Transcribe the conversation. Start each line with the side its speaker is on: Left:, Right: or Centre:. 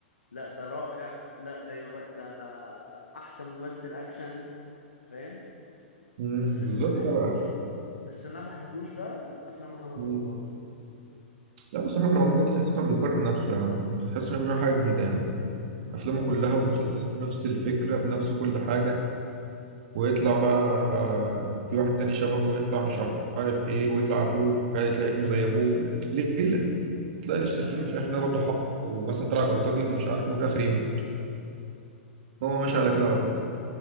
Left: لا ده رائع لا ده يو... ده ده احسن ممثل اكشن فاهم
Right: امم
Left: بس اللي
Right: بالظبط
Left: ما بحبوش
Right: لا بقى
Left: ب... بس اللي انا ما بحبوش بقى افلام محمد
Right: مم.
Left: رمضان عموما.
Right: لا بس احمد رمضان ده تحس انه بيكرر نفسه يا عم مش تحس انه بيعمل حاجه جديده يعني
Left: اه
Right: افلامه كلها
Left: لا.
Right: ومسلسلاته نفس الفكره بنفس كل حاجه ويطلع بقى آه، في واحد تاني شبهه يطلع مش عارف ايه ويطلع اخوه وكده تلاقي ابنه زي ابوه ليله تلاقي نفس
Left: آه،
Right: الفيلم في الاخر ده برضه حق ومثلا طلع بلطجي ومش عارف ايه وفي الاخر يموت هو ماشي
Left: لعبك
Right: على كده على طول